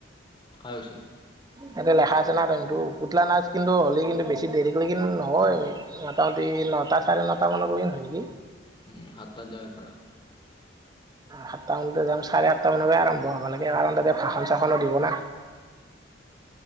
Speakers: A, on the left (about 25°); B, on the right (about 20°).
A: হয় হৈছে।
B: তাতে লখা আছে না টাইম টো পুতলা নাচ কিন্তু হ'লে কিন্তু বেছি দেৰি কৰিলে কিন্তু নহয়। মোটামুটি নটা চাৰে নটামানৰ পৰিণ হয় নেকি।
A: উম হাতা যায় পৰা।
B: সাতটা মানতে যাম চাৰে আঠটা মানৰ পৰাই আৰম্ভ হব লাগে, কাৰণ তাতে ভাষন চাাসনো দিব না।